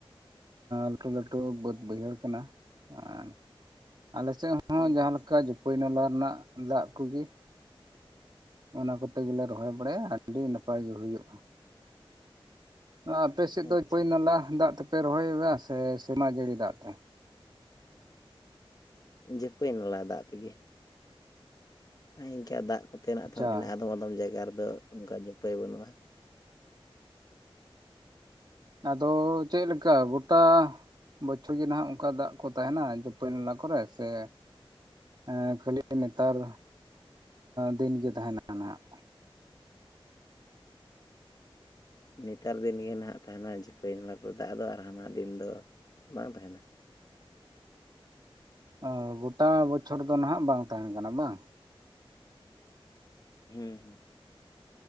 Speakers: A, on the right (about 50°); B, on the left (about 40°).
A: ᱞᱟᱹᱴᱩ ᱞᱟᱹᱴᱩ ᱵᱟᱹᱫ ᱵᱟᱹᱭᱦᱟᱹᱲ ᱠᱟᱱᱟ ᱟᱨ ᱟᱞᱮ ᱥᱮᱫ ᱦᱚᱸ
B: ᱦᱩᱸ
A: ᱡᱟᱦᱟᱸᱮᱠᱟ ᱚᱠᱟ ᱡᱚᱯᱟᱹᱭ ᱱᱚᱣᱟ ᱨᱮᱱᱟᱜ ᱫᱟᱜ ᱠᱚᱜᱮ ᱚᱱᱟ ᱠᱚᱛᱮ ᱜᱮᱞᱮ ᱨᱚᱦᱚᱭ ᱵᱟᱲᱟᱭᱟ ᱟᱹᱰᱤ ᱱᱟᱯᱟᱭ ᱜᱮ ᱦᱩᱭᱩᱜᱼᱟ᱾ ᱟᱯᱮ ᱥᱮᱫ ᱫᱚ
B: ᱟᱪᱪᱷᱟ
A: ᱯᱟᱹᱭ ᱱᱟᱞᱟ ᱫᱟᱜ ᱛᱮᱯᱮ ᱨᱚᱦᱚᱭᱮᱫᱟ ᱥᱮ ᱥᱮᱨᱢᱟ ᱡᱟᱹᱲᱤ ᱫᱟᱜ ᱛᱮ?
B: ᱡᱟᱹᱯᱟᱹᱭ ᱱᱟᱞ ᱫᱟᱜ ᱛᱮᱜᱮ ᱤᱱᱠᱟ ᱫᱟᱜ ᱠᱚᱛᱮᱱᱟᱜ
A: ᱟᱪᱪᱷᱟ
B: ᱫᱚ ᱢᱮᱱᱟᱜᱼᱟ ᱟᱫᱚᱢ ᱟᱫᱚᱢ ᱡᱟᱭᱜᱟ ᱨᱮᱫᱚ ᱚᱱᱠᱟ ᱡᱟᱹᱯᱟᱹᱭ ᱵᱟᱹᱱᱩᱜᱼᱟ᱾
A: ᱟᱫᱚᱻ ᱪᱮᱫ ᱞᱮᱠᱟ ᱜᱚᱴᱟᱻ ᱵᱚᱪᱷᱚᱨ ᱜᱮ ᱱᱟᱦᱟᱜ ᱚᱱᱠᱟ ᱫᱟᱜ ᱠᱚ ᱛᱟᱦᱮᱱᱟ ᱡᱚᱯᱟᱹᱭ ᱱᱟᱞᱟ ᱠᱚᱨᱮ ᱥᱮ ᱮᱸᱻ ᱠᱷᱟᱹᱞᱤ ᱱᱮᱛᱟᱨ ᱫᱤᱱ ᱜᱮ ᱛᱟᱦᱮᱱᱟ ᱚᱱᱟᱱᱟᱜ
B: ᱱᱮᱛᱟᱨ ᱫᱤᱱ ᱜᱮ ᱱᱟᱦᱟᱜ ᱛᱟᱦᱮᱱᱟ ᱡᱷᱤᱯᱟᱹᱭ ᱱᱟᱞᱟᱴ ᱨᱮ ᱫᱟᱜ ᱫᱚ ᱟᱨ ᱦᱟᱱᱟ ᱫᱤᱱ ᱫᱚ ᱵᱟᱝ ᱛᱟᱦᱮᱱᱟ
A: ᱚ ᱜᱚᱴᱟ ᱵᱚᱪᱷᱚᱨ ᱫᱚ ᱱᱟᱦᱟᱜ ᱵᱟᱝ ᱛᱟᱦᱮᱱ ᱠᱟᱱᱟ ᱵᱟᱝ
B: ᱦᱮᱸ